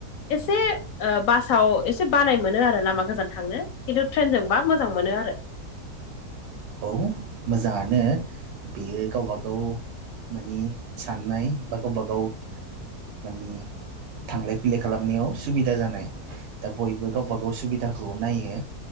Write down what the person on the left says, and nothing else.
एसे बासाव एसे बानाय मोनो आरो लामा गोजान थांनो खिन्थु ट्रेनजोंबा मोजां मोनो आरो